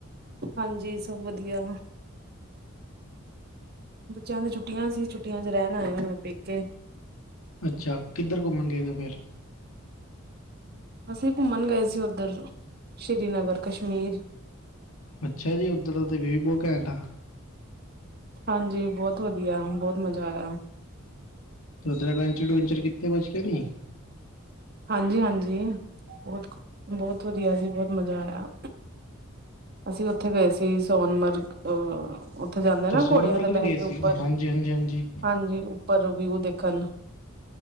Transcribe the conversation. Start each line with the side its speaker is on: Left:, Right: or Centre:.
Right: ਹਾਂਜੀ ਸਭ ਵਧੀਆ। ਬੱਚਿਆਂ ਦੇ ਛੁੱਟੀਆਂ ਸੀ ਛੁੱਟੀਆ ਚ ਰਹਿਣ ਆਏ ਹੁਨ ਪੇਕੇ।
Left: ਅੱਛਾ ਕਿੱਧਰ ਘੁੰਮਣ ਗਏ ਤਾਂ ਫਿਰ?
Right: ਅਸੀਂ ਘੁੰਮਣ ਗਏ ਸੀ ਉੱਧਰ, ਸ੍ਰੀਨਗਰ ਕਸ਼ਮੀਰ।
Left: ਅੱਛਾ ਜੀ ਉੱਧਰ ਤੇ ਵਿਊ ਬਹੁਤ ਘੈਂਟ ਆ।
Right: ਹਾਂਜੀ ਬਹੁਤ ਵਧੀਆ ਬਹੁਤ ਮਜ਼ਾ ਆਇਆ।
Left: ਉੱਧਰ ਐਡਵੈਂਚਰ-ਉਡਵੈਂਚਰ ਕਿੱਤੇ ਕੁਛ ਕੇ ਨਹੀ?
Right: ਹਾਂਜੀ-ਹਾਂਜੀ ਬਹੁਤ ਬਹੁਤ ਵਧੀਆ ਜੀ ਬਹੁਤ ਮਜ਼ਾ ਆਇਆ। ਅਸੀਂ ਉੱਥੇ ਗਏ ਸੀ ਸੋਨਮਰਗ ਅ ਉੱਥੇ ਜਾਂਦੇ
Left: ਅੱਛਾ
Right: ਨਾ
Left: ਸੋਨਮਰਗ
Right: ਘੋੜਿਆਂ ਦੇ
Left: ਵੀ
Right: ਬਹਿ
Left: ਗਏ
Right: ਕੇ ਉੱਪਰ,
Left: ਸੀ ਹਾਂਜੀ ਹਾਂਜੀ ਹਾਂਜੀ
Right: ਹਾਂਜੀ। ਉੱਪਰ ਵਿਊ ਦੇਖਣ,